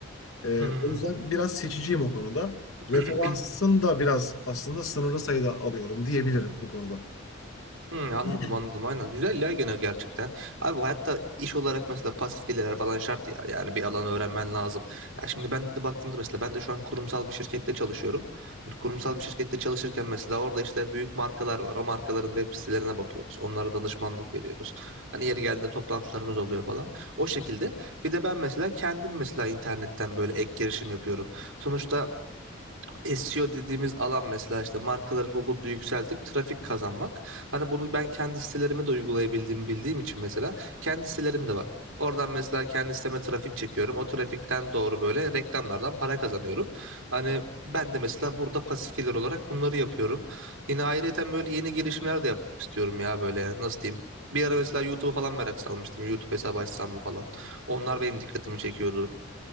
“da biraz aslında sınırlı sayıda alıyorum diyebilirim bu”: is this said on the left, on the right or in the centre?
Left